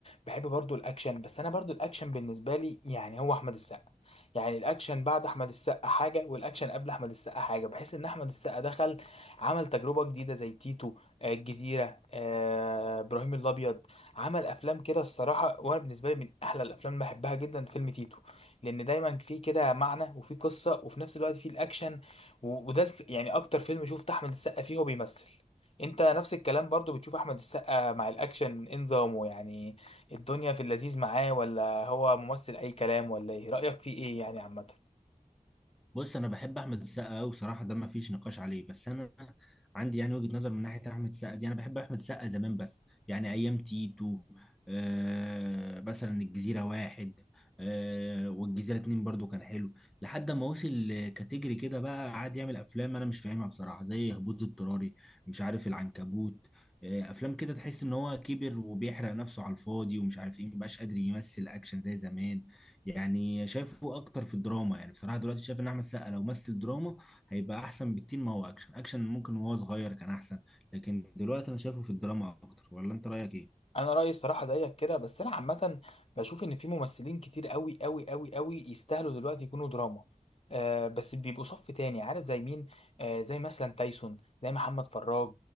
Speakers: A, on the left; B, in the centre.
A: بحب برضو الأكشن بس أنا برضو الأكشن بالنسبة لي يعني هو أحمد السقا يعني الأكشن بعد أحمد السقا حاجة والأكشن قبل أحمد السقا حاجة بحس إن أحمد السقا دخل عمل تجربة جديدة زي تيتو آه، الجزيرة آه، إبراهيم الأبيض عمل أفلام كده الصراحة وأنا بالنسبة لي من أحلى الأفلام اللي بحبها جدا فيلم تيتو لان دايما في كده معنى وفي قصه وفي نفس الوقت في الاكشن و- وده الف... يعني اكتر فيلم شفت احمد السقا فيه هو بيمثل انت نفس الكلام برضو بتشوف احمد السقا مع الاكشن إيه نظامه يعني الدنيا في اللذيذ معاه ولا هو ممثل اي كلام ولا ايه رايك فيه ايه يعني عامه
B: بص انا بحب احمد السقا قوي بصراحه ده ما فيش نقاش عليه بس انا عندي يعني وجهه نظر من ناحيه احمد السقا دي انا بحب احمد السقا زمان بس يعني ايام تيتو آه مثلا الجزيره واحد آه والجزيره اتنين برضو كان حلو لحد ما وصل لكاتيجري كده بقى قعد يعمل افلام انا مش فاهمها بصراحه زي هبوط اضطراري مش عارف العنكبوت آه افلام كده تحس ان هو كبر وبيحرق نفسه على الفاضي ومش عارف ايه مبقاش قادر يمثل اكشن زي زمان يعني شايفه اكتر في الدراما يعني بصراحه دلوقتي شايف ان احمد السقا لو مثل دراما هيبقى احسن بكتير ما هو اكشن اكشن ممكن وهو صغير كان احسن لكن دلوقتي انا شايفه في الدراما اكتر ولا انت رايك ايه
A: انا رايي الصراحه زيك كده بس انا عامه بشوف ان في ممثلين كتير قوي قوي قوي قوي يستاهلوا دلوقتي يكونوا دراما آه بس بيبقوا صف تاني عارف زي مين آه زي مثلا تايسون زي محمد فراج